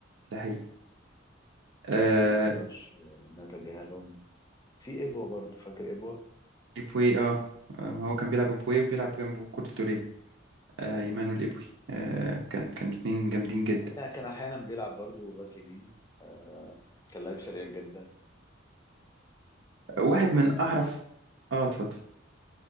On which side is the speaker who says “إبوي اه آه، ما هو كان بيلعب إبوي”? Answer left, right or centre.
Right